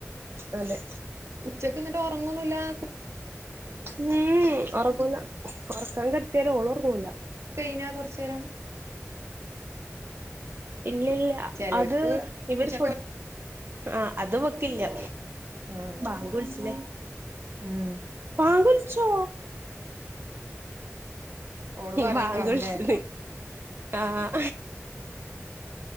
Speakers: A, on the right; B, on the right.
A: അതെ
B: ഉച്ചക്ക്ന്നിട്ട് ഉറങ്ങൊന്നുല്ലാ കു
A: ഉം ഒറക്കുല്ല ഒറക്കാൻ കെടത്തിയാലും ഓളൊറങ്ങൂല
B: കയിഞ്ഞാ കെറച്ചേരം
A: ഇല്ലില്ല
B: ചെലോര്ക്ക്
A: അത് ഇവര്
B: ഉച്ചക്ക്
A: ഫുട് ആഹ് അത് ഇവെക്കില്ല
B: ആഹ്
A: ബാങ്ക് വിളിച്ചില്ലേ
B: ഉം
A: ബാങ്ക് വിൾച്ചോ
B: ഓള് പറയ്ണ്ടാവുംല്ലേ
A: ബാങ്ക് വിളിച്ചന്ന് ആഹ്
B: ഉം